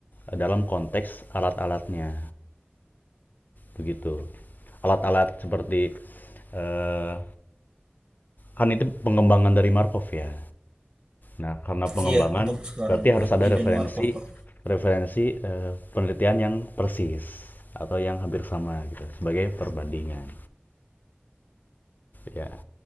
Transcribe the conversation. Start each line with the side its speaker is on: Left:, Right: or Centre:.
Left: eh, dalam konteks alat-alatnya, begitu. Alat-alat seperti eh, kan itu pengembangan dari Markov ya. Nah, karena pengembangan
Right: Iya, untuk sekarang
Left: berarti harus
Right: ini
Left: ada
Right: hidden
Left: referensi
Right: Markov, Pak.
Left: referensi eh, penelitian yang persis atau yang hampir sama gitu sebagai perbandingan. Ya,